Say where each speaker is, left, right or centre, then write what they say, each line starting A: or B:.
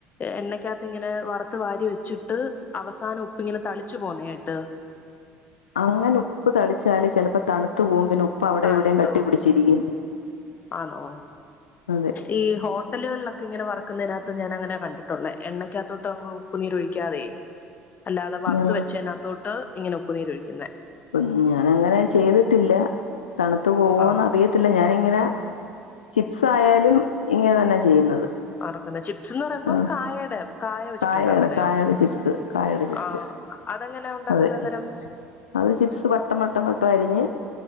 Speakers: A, on the left; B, on the left.
A: എണ്ണയ്ക്കകത്ത് ഇങ്ങനെ വറുത്ത് വാരി വെച്ചിട്ട് അവസാനം ഉപ്പി ഇങ്ങനെ തളിച്ചു പോന്നായിട്ട് <inaudible>
B: അങ്ങനെ ഉപ്പ് തളിച്ചാല് ചിലപ്പോ തണുത്തു പോകും പിന്നെ ഉപ്പ് അവിടെ
A: തണുത്തോ
B: ഇവിടെയും കട്ടി പിടിച്ചിരിക്കും
A: ആണോ
B: അതെ
A: ഈ ഹോട്ടലുകളിലൊക്കെ ഇങ്ങനെ വ വറക്കുന്നതിനകത്ത് ഞാനൻങ്ങന കണ്ടിട്ടുള്ള എണക്കകത്തോട്ട അങ്ങ് ഉപ്പുനീര് ഒഴിക്കാതെ അല്ലാതെ വറുത്ത്
B: ഞാ
A: വെച്ചതിനകത്തോട്ട് ഇങ്ങനെ ഉപ്പുനീരൊഴിക്കുന്ന
B: അം ഞാനങ്ങനെ ചെയ്തിട്ടില്ല തണുത്ത പോവോന്ന്
A: ആഹ്
B: അറിയത്തില്ല ഞാാനിങ്ങനെ ചിപ്സ് ആയാലും ഇങ്ങനെ തന്നെ ചെയ്യുന്നത്
A: വരക്കാണ് ചിപ് ന്ന് പറയുമ്പോ
B: ആ
A: കായയുടെ കായ വെച്ചിട്ടുണ്ടാക്കുന്നോ
B: കായയുടെ കായയുടെ ചിപ്സ് കായയുടെ ചിപ്സ്
A: ആ അതെങ്ങനെയ ഉണ്ടാക്കുന്ന
B: അതെ
A: അന്നരം
B: അത് ചിപ്സ് പട്ടം പട്ടം പട്ടം അരിഞ്ഞ്